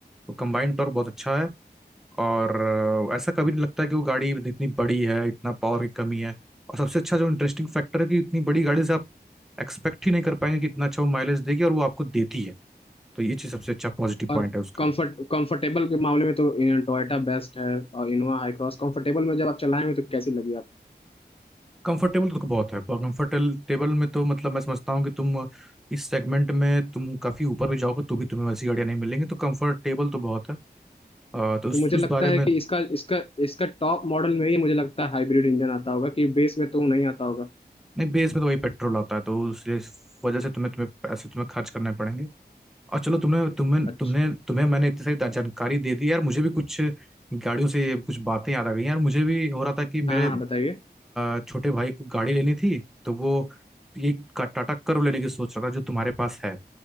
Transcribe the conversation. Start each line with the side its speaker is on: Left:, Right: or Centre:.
Centre: वो कंबाइंड टॉर्क बहुत अच्छा है और अ, ऐसा कभी नहीं लगता है कि वो गाड़ी इतनी बड़ी है इतना पावर की कमी है और सबसे अच्छा जो इंटरेस्टिंग फैक्टर है कि इतनी बड़ी गाड़ी से आप एक्सपेक्ट ही नहीं कर पाएंगे कि इतना अच्छा वो माइलेज देगी और वो आपको देती है तो ये चीज़ सबसे अच्छा पॉजिटिव
Left: और
Centre: पॉइंट है उसका
Left: कंफर्ट कंफर्टेबल के मामले में तो टोयोटा बेस्ट है और इनोवा हाई क्रॉस कंफर्टेबल में जब आप चलाएंगे तो कैसी लगी आप
Centre: कंफर्टेबल तो बहुत है कंफर्टेबल टेबल में तो मतलब मैं समझता हूँ कि तुम इस सेगमेंट में तुम काफ़ी ऊपर भी जाओगे तो भी तुम्हें वैसी गाड़ियाँ नहीं मिलेंगी तो कंफर्टेबल तो बहुत है अ, तो उस
Left: तो मुझे
Centre: उस
Left: लगता
Centre: बारे
Left: है
Centre: में
Left: कि इसका इसका इसका टॉप मॉडल में ही मुझे लगता है हाइब्रिड इंजन आता होगा कि बेस में तो नहीं आता होगा
Centre: नहीं बेस में तो वही पेट्रोल आता है तो उसलिए इस वजह से तुम्हें तुम्हें पैसे तुम्हें खर्च करने पड़ेंगे और चलो तुमने तुम्हें
Left: अच्छा
Centre: तुमने तुम्हें मैंने इतनी सारी जानकारी दे दी यार मुझे भी कुछ गाड़ियों से ये कुछ बातें याद आ गई यार मुझे भी हो रहा था कि मेरे
Left: हाँ हाँ बताइए
Centre: अ, छोटे भाई को गाड़ी लेनी थी तो वो ये का- टाटा कर्व लेने की सोच रहा था जो तुम्हारे पास है